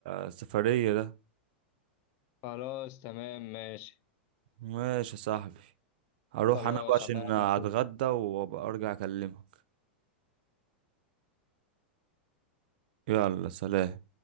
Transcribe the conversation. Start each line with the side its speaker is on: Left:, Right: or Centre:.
Right: السفريه ده
Left: خلاص تمام ماشي
Right: ماشي يا صاحبي هروح
Left: خلاص
Right: انا بقى عشان
Left: هبقى أقابلك
Right: اتغدى وابقى ارجع اكلمك يلا سلام